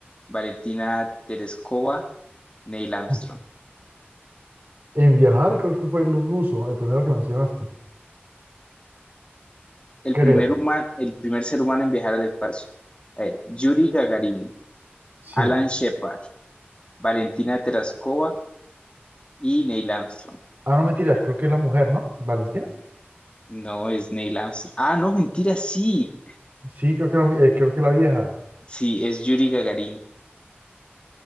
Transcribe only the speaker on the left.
Valentina Tereskova, Neil Armstrong.
El
primer huma- el primer ser humano en viajar al espacio. A ver, Yuri Gagarin,
Alan Shepard. Valentina Terascova y Neil Armstrong.
No es Neil Armstrong. Ah, no, mentira, sí.
Sí, es Yuri Gagarin.